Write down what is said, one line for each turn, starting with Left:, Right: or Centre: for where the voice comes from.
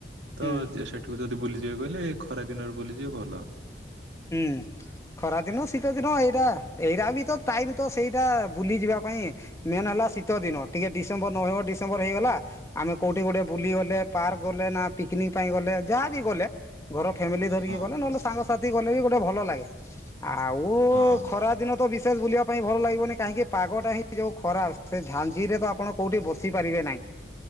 Right: ତ
Left: ହୁଁ
Right: ଯେ ସେଠିକୁ ଯଦି ବୁଲି ଯିବାକୁ ହେଲେ ଖରା ଦିନରୁ ବୁଲି ଯିବେ ଭଲ।
Left: ହୁଁ। ଖରାଦିନ ଶୀତ ଦିନ ଏଇଟା, ଏଇଟା ବି ତ ଟାଇମ୍ ତ ସେଇଟା ବୁଲିଯିବା ପାଇଁ। ମେନ୍ ହେଲା ଶୀତ ଦିନ, ଟିକେ ଡିସେମ୍ବର ନଭେମ୍ବର ଡିସେମ୍ବର ହେଇଗଲା। ଆମେ କୋଉଠି ଗୋଟେ ବୁଲି ଗଲେ, ପାର୍କ ଗଲେ ନା ପିକନିକ ପାଇଁ ଗଲେ ଯାହାବି ଗଲେ। ଘର ଫ୍ୟାମିଲି ଧରିକି
Right: ହଁ
Left: ଗଲେ, ନହେଲେ ସାଙ୍ଗସାଥି ଗଲେ ବି ଗୋଟେ ଭଲ ଲାଗେ। ଆଉ
Right: ହଁ
Left: ଖରା ଦିନ ତ ବି ସେ ବୁଲିବା ପାଇଁ ଭଲ ଲାଗିବନି କାହିଁକି ପାଗଟା ହିଁ ଯଉ ଖରାପ ସେ ଝାଞଜିରେ ତ ଆପଣ କୋଉଠି ବସି ପାରିବେ ନାହିଁ।